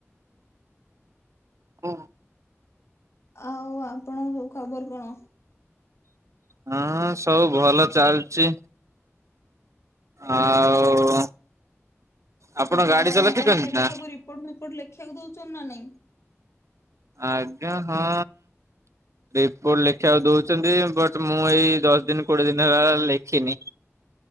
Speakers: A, on the right (about 80°); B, on the left (about 65°).
A: ହଁ।
B: ଆଉ ଆପଣଙ୍କ ଖବର କଣ?
A: ହଁ ସବୁ ଭଲ ଚାଲିଛି। ଆଉ ଆପଣ
B: ଆଉ ତମର
A: ଗାଡି ଚଲା
B: ଇଣ୍ଟର୍ନସିପ
A: ଶିଖନ୍ତି ନା?
B: ରେ ସବୁ ରିପୋର୍ଟ ଫିପୋର୍ଟ ଲେଖିବାକୁ ଦଉଛନ୍ତି ନା ନାଇଁ?
A: ଆଜ୍ଞା ହଁ। ରିପୋର୍ଟ ଲେଖିବାକୁ ଦଉଛନ୍ତି, ବଟ୍ ମୁଁ ଏଇ ଦଶ ଦିନ କୋଡିଏ ଦିନ ହେଲା ଲେଖିନି।